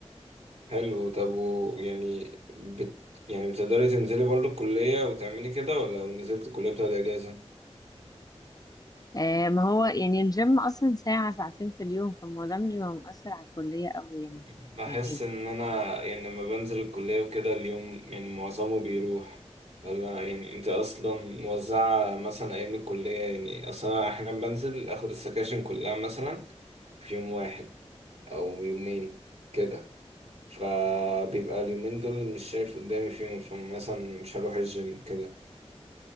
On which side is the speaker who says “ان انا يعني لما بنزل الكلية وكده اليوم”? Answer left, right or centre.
Right